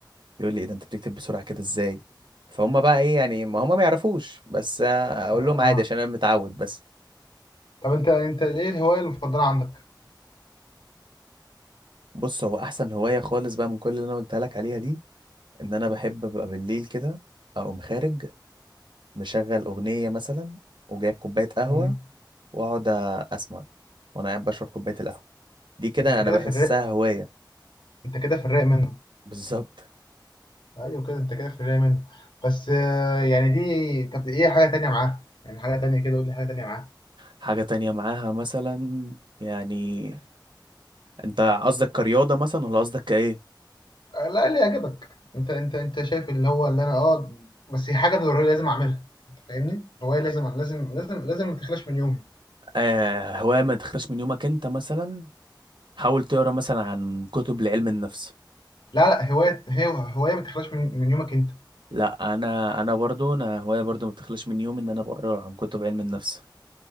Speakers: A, on the right (about 75°); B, on the left (about 80°).
A: يقول لي ايه ده انت بتكتب بسرعه كده ازاي فهم بقى ايه يعني ما هم ما يعرفوش بس آه، اقول
B: اه
A: لهم عادي عشان انا متعود بس
B: طب انت انت ايه الهوايه المفضله عندك
A: بص هو احسن هوايه خالص بقى من كل اللي انا قلتها لك عليها دي ان انا بحب ابقى بالليل كده اقوم خارج مشغل اغنيه مثلا وجايب كوبايه قهوه
B: مم.
A: واقعد اسمع وانا قاعد بشرب كوبايه القهوه دي كده
B: دي انت كده
A: انا بحسها
B: في الرق
A: هوايه
B: انت كده في الرق منه
A: بالظبط
B: ايوه كده انت كده في الرق منه بس آه، يعني دي طب ايه حاجه تانية معاها يعني حاجه تانية كده قول لي حاجه تانية معاها
A: حاجه تانية معاها مثلا يعني انت قصدك كرياضه مثلا ولا قصدك كايه
B: آه، لا اللي يعجبك انت انت انت شايف اللي هو اللي انا اه بس هي حاجه ضروريه لازم اعملها انت فاهمني هوايه لازم لازم لازم لازم ما تخلاش من يومي
A: آه هوايه ما تخرجش من يومك انت مثلا حاول تقرا مثلا عن كتب لعلم النفس
B: لا لا هوايه هي هوايه ما تخلاش من من يومك انت
A: لا انا انا برضو انا هوايه برضو ما تخرجش من يومي ان انا بقرا عن كتب علم النفس